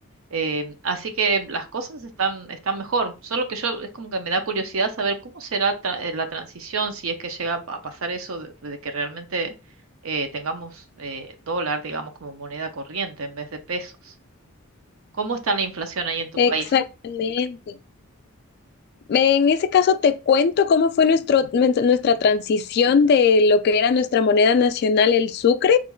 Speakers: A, on the right; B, on the left.
A: Eh, así que las cosas están, están mejor. Solo que yo es como que me da curiosidad saber cómo será tra- eh, la transición si es que llega a pasar eso de, de que realmente eh, tengamos eh, dólar, digamos, como moneda corriente en vez de pesos. ¿Cómo está la inflación ahí en tu
B: Exactamente.
A: país?
B: En ese caso, te cuento cómo fue nuestro, nuestra transición de lo que era nuestra moneda nacional, el sucre,